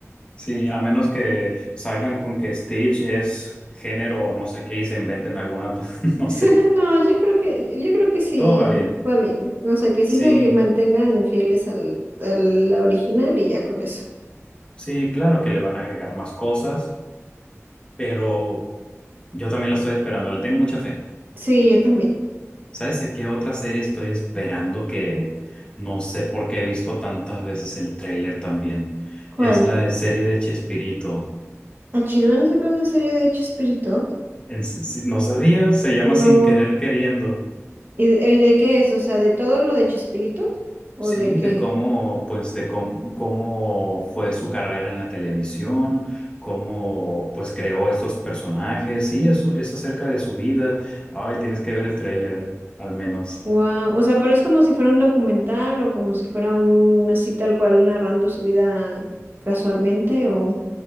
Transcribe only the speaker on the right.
<laughs>
No, yo creo que, yo creo que sí
va bien, o sea, que sí
se mantengan fieles al, a la original y ya con eso.
Sí, yo también.
¿Cuál?
¿A Chilvan a sacar una serie de Chespirito?
No.
¿Y de, y de qué es? O sea, ¿de todo lo de Chespirito? ¿O
de qué?
Wow. O sea, pero es como si fuera un documental o como si fuera un así tal cual narrando su vida casualmente o